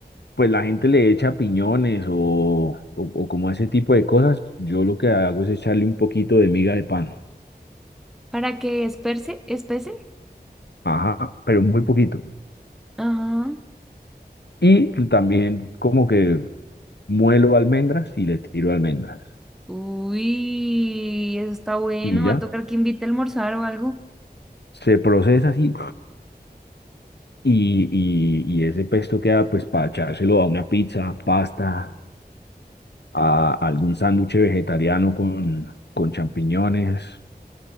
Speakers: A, on the left (about 85°); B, in the centre.
A: pues la gente le echa piñones o, o, o como ese tipo de cosas. Yo lo que hago es echarle un poquito de miga de pan.
B: ¿Para que esperse? ¿Espese?
A: Ajá, pero muy poquito.
B: Ajá.
A: Y también como que muelo almendras y le tiro almendras.
B: Uy, eso está bueno.
A: Y ya,
B: Va a tocar que invite a almorzar o algo.
A: se procesa así Y, y, y ese pesto queda pues para echárselo a una pizza, pasta, a algún sándwich vegetariano con, con champiñones.